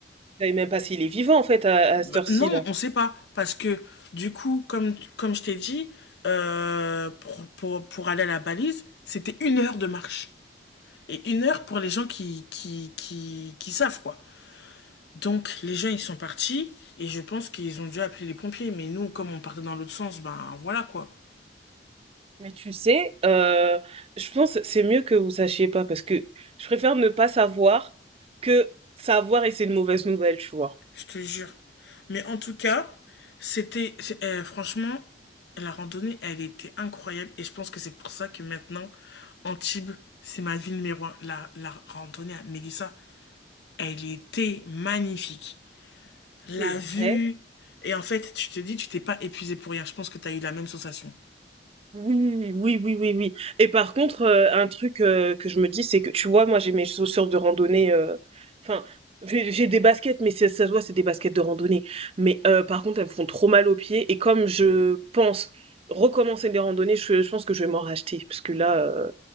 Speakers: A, on the right; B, on the left.
A: vous savez même pas s'il est vivant en fait à,
B: Bah,
A: à cette heure-ci-là.
B: non, on sait pas. Parce que, du coup, comme, comme je t'ai dit, euh, pour, pour, pour aller à la balise, c'était une heure de marche. Et une heure pour les gens qui, qui, qui, qui savent, quoi. Donc, les gens, ils sont partis. Et je pense qu'ils ont dû appeler les pompiers. Mais nous, comme on partait dans l'autre sens, ben voilà, quoi.
A: Mais tu sais, euh, je pense que c'est mieux que vous sachiez pas parce que je préfère ne pas savoir que savoir et c'est une mauvaise nouvelle, tu vois.
B: Je te jure. Mais en tout cas, c'était euh, franchement la randonnée, elle était incroyable et je pense que c'est pour ça que maintenant Antibes, c'est ma ville numéro un. La, la randonnée à Mélissa, elle était magnifique. La
A: C'est
B: vue
A: vrai
B: et en fait, tu te dis, tu t'es pas épuisé pour rien. Je pense que tu as eu la même sensation.
A: Oui, oui, oui, oui, oui. Et par contre, euh, un truc euh, que je me dis, c'est que tu vois, moi j'ai mes chaussures de randonnée. euh, Enfin, j'ai j'ai des baskets, mais c'est- ça se voit, c'est des baskets de randonnée. Mais euh, par contre, elles me font trop mal aux pieds. Et comme je pense recommencer des randonnées, je, je pense que je vais m'en racheter. Parce que là, euh,